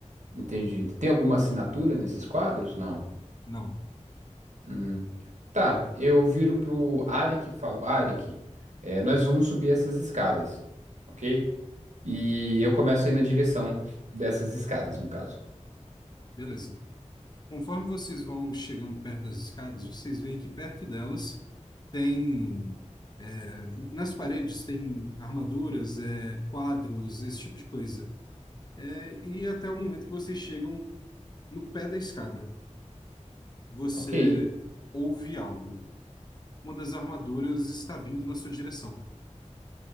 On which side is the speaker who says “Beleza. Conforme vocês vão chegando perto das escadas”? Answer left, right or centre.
Left